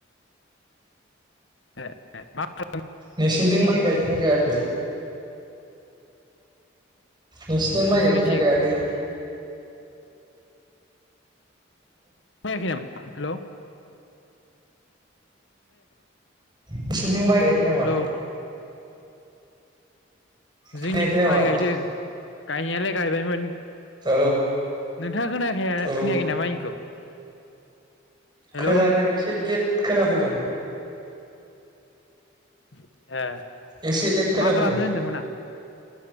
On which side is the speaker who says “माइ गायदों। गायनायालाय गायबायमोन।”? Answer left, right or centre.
Left